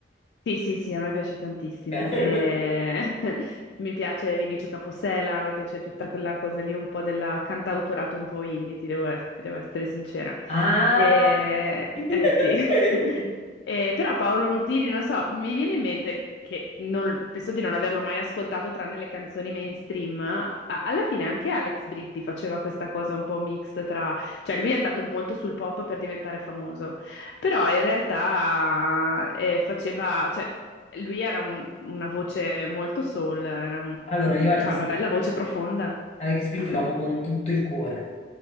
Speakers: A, on the left; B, on the left.
A: Sì, sì, sì, a me piace tantissimo.
B: Ok. <laughs>
A: Eh, <laughs> mi piace Vinicio Capossela, mi piace tutta quella cosa lì, un po' della cantautorato un po' indie, ti devo, ess- ti devo essere sincera.
B: Ah!
A: Eh,
B: <laughs>
A: eh, sì. <laughs> Eh, però Paolo Nutini, non so, mi viene in mente che non- penso di non averlo mai ascoltato tranne le canzoni mainstream. A- alla fine anche Alex Britti faceva questa cosa un po' mix tra... Cioè lui è andato molto sul pop per diventare famoso. Però in realtà eh, faceva, cioè, lui era un- una voce molto soul, era un-
B: Allora, io Alex
A: cioè, una
B: Britti,
A: bella voce profonda.
B: Alex Britti
A: <laughs>
B: lo amo con tutto il cuore.